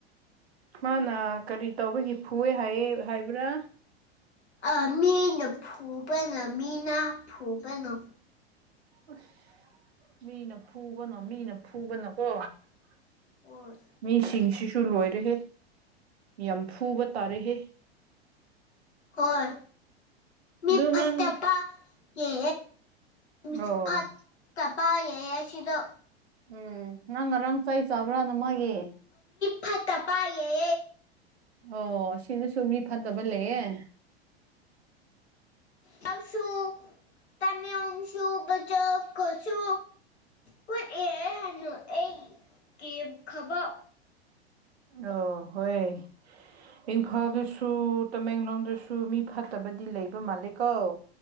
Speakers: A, on the right; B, on the left.
A: ꯃꯥꯅ ꯀꯔꯤ ꯇꯧꯕꯒꯤ ꯐꯨꯑꯦ ꯍꯥꯏꯌꯦ ꯍꯥꯏꯕ꯭ꯔꯥ
B: ꯑꯥ ꯃꯤꯅ ꯐꯨꯕꯅ ꯃꯤꯅ ꯐꯨꯕꯅꯣ
A: ꯑꯁ ꯃꯤꯅ ꯐꯨꯕꯅꯣ ꯃꯤꯅ ꯐꯨꯕꯅꯣꯀꯣ
B: ꯍꯣꯏ
A: ꯃꯤꯁꯤꯡꯁꯤ ꯁꯨ ꯂꯣꯏꯔꯍꯦ ꯌꯥꯝ ꯐꯨꯕ ꯇꯥꯔꯍꯦ
B: ꯍꯣꯏ ꯃꯤ
A: ꯑꯗꯨ
B: ꯐꯁꯇꯞꯄꯥ
A: ꯅꯪ
B: ꯌꯦ ꯃꯤ
A: ꯑꯣ
B: ꯐꯠꯇꯕ ꯌꯥꯩ ꯑꯁꯤꯗ
A: ꯎꯝ ꯅꯪ ꯉꯔꯥꯡ ꯆꯥꯏ ꯆꯥꯕ꯭ꯔꯥꯅ ꯃꯥꯒꯤ
B: ꯐꯠꯇ ꯄꯌꯦ
A: ꯑꯣ ꯁꯤꯅꯁꯨ ꯃꯤ ꯐꯠꯇꯕ ꯂꯩꯌꯦꯦ
B: ꯇꯁꯨ ꯇꯃꯤ ꯑꯣꯁꯨꯨ ꯆꯛ ꯀꯁꯣ ꯍꯣꯏ ꯑꯦ ꯍꯅꯣ ꯑꯩ ꯀ ꯈꯕ
A: ꯑꯣ ꯍꯣꯏ ꯏꯝꯐꯥꯜꯗꯁꯨ ꯇꯃꯦꯡꯂꯣꯡꯗꯁꯨ ꯃꯤ ꯐꯠꯇꯕꯗꯤ ꯂꯩꯕ ꯃꯥꯜꯂꯦ ꯀꯣ